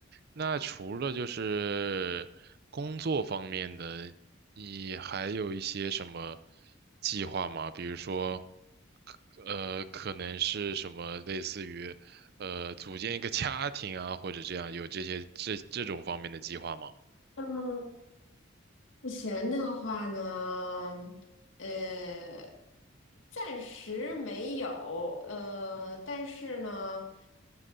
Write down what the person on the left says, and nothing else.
嗯，目前的话呢，呃，暂时没有，呃，但是呢，